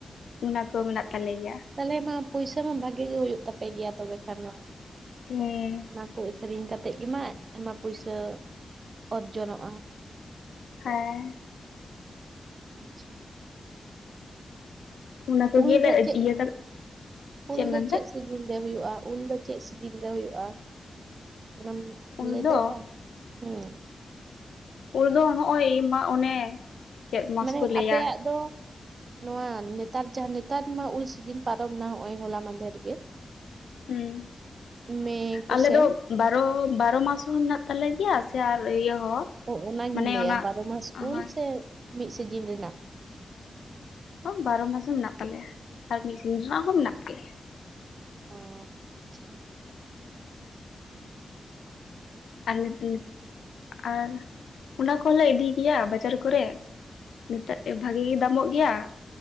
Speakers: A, on the left; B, on the right.
A: ᱚᱱᱟ ᱠᱚ ᱢᱮᱱᱟᱜ ᱛᱟᱞᱮ ᱜᱮᱭᱟ᱾
B: ᱛᱟᱦᱚᱞᱮ ᱢᱟ ᱯᱩᱭᱥᱟᱹ ᱢᱟ ᱵᱷᱟᱜᱤ ᱜᱤ ᱦᱩᱭᱩᱜ ᱛᱟᱯᱮ ᱜᱮᱭᱟ ᱛᱚᱵᱮ ᱠᱷᱟᱱ ᱢᱟ
A: ᱦᱩᱸ
B: ᱚᱱᱟ ᱠᱚ ᱟᱹᱠᱷᱨᱤᱧ ᱠᱟᱛᱮᱫ ᱜᱮᱢᱟ ᱟᱭᱢᱟ ᱯᱩᱭᱥᱟᱹ ᱚᱨᱡᱚᱱᱚᱜᱼᱟ᱾
A: ᱦᱮᱸ
B: ᱟᱪᱪᱷᱟ
A: ᱚᱱᱟ ᱠᱚᱜᱮᱞᱮ
B: ᱩᱞ ᱫᱚ ᱪᱮᱫ
A: ᱤᱭᱟᱹ ᱠᱟᱛᱮ
B: ᱩᱞ
A: ᱮᱢ
B: ᱫᱚ
A: ᱢᱮᱱᱫᱟ
B: ᱪᱮᱫ ᱥᱤᱡ ᱥᱤᱡᱤᱱ ᱨᱮ ᱦᱩᱭᱩᱜᱼᱟ ᱩᱱᱫᱚ ᱪᱮᱫ ᱥᱤᱡᱤᱱ ᱜᱮ ᱦᱩᱭᱩᱜᱼᱟ ᱚᱱᱟᱢ
A: ᱩᱞ
B: ᱞᱟᱹᱭ
A: ᱫᱚ
B: ᱫᱟᱲᱮᱜᱼᱟ ᱦᱩᱸ
A: ᱩᱱ ᱫᱚ ᱱᱚᱜᱼᱚᱭ ᱢᱟ ᱚᱱᱮ ᱪᱮᱫ ᱢᱟᱥ
B: ᱢᱟᱱᱮ
A: ᱠᱚ ᱞᱟᱹᱭᱟ
B: ᱟᱯᱮᱭᱟᱜ ᱫᱚ ᱱᱚᱣᱟ ᱱᱮᱛᱟᱨ ᱡᱟᱦᱟᱸ ᱱᱮᱛᱟᱨ ᱢᱟ ᱩᱞ ᱥᱤᱡᱤᱱ ᱯᱟᱨᱚᱢ ᱱᱟ ᱱᱚᱜ ᱼᱚᱭ ᱦᱚᱞᱟ ᱢᱟᱱᱫᱷᱮᱨ ᱜᱮ
A: ᱦᱩᱸ
B: ᱢᱮ ᱠᱚᱥᱮᱱ
A: ᱟᱞᱮ ᱫᱚ ᱵᱟᱨᱚ ᱵᱟᱨᱚ ᱢᱟᱥ ᱦᱚᱸ ᱢᱮᱱᱟᱜ ᱛᱟᱞᱮ ᱜᱮᱭᱟ ᱥᱮ ᱟᱨ ᱤᱭᱟᱹ ᱦᱚᱸ
B: ᱚᱱᱟᱜᱤᱧ
A: ᱢᱟᱱᱮ
B: ᱞᱟᱹᱭᱟ
A: ᱚᱱᱟ
B: ᱵᱟᱨᱚ ᱢᱟᱥ ᱩᱞ
A: ᱦᱳᱭ
B: ᱥᱮ ᱢᱤᱫ ᱥᱤᱡᱤᱱ ᱨᱮᱱᱟᱜ
A: ᱵᱟᱝ ᱵᱟᱨᱚ ᱢᱟᱥ ᱦᱚᱸ ᱢᱮᱱᱟᱜ ᱛᱟᱞᱮᱭᱟ ᱟᱨ ᱢᱤᱫ ᱥᱤᱡᱤᱱ ᱨᱮᱱᱟᱜ ᱦᱚᱸ ᱢᱮᱱᱟᱜ ᱛᱟᱞᱮᱭᱟ᱾
B: ᱚ ᱟᱪᱪᱷᱟ
A: ᱟᱨ ᱱᱤᱛ ᱱᱤᱛ ᱟᱨ ᱚᱱᱟ ᱠᱚᱦᱚᱸᱞᱮ ᱤᱫᱤ ᱜᱮᱭᱟ ᱵᱟᱡᱟᱨ ᱠᱚᱨᱮ ᱢᱮᱛᱟᱹᱜ ᱯᱮ ᱵᱷᱟᱜᱮ ᱜᱤ ᱫᱟᱢᱚᱜ ᱜᱮᱭᱟ᱾